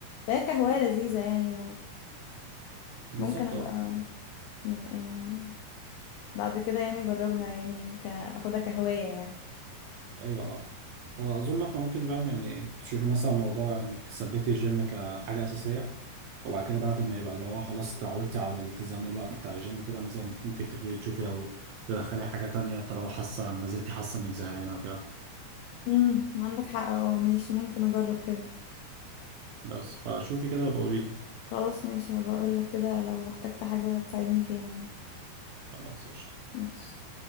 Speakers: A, on the left; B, on the right.
A: فهي كهواية لذيذة يعني
B: بالظبط
A: وممكن أبقى
B: اه
A: يعني بعد كده يعني أجربها يعني ك... أخدها كهواية يعني
B: ايوه اه هو اظن احنا ممكن فاهم يعني تشوفي مثلا موضوع انك تثبتي الجيم كحاجه اساسيه وبعد كده بعد ما يبقى اللي هو خلاص اتعودتي على التزام الوقت بتاع الجيم وكده مثلا ممكن تبتدي تشوفي او تدخلي حاجه تانية طالما حاسه ما زلتي حاسه انك زهقانه وكده
A: امم عندك حق اه ماشي ممكن أجرب كده
B: بس فشوفي كده وبقولي لي
A: خلاص ماشي هبقى اقول لك كده لو احتجت حاجة تساعدني فيها يعني
B: خلاص قشطة
A: ماشي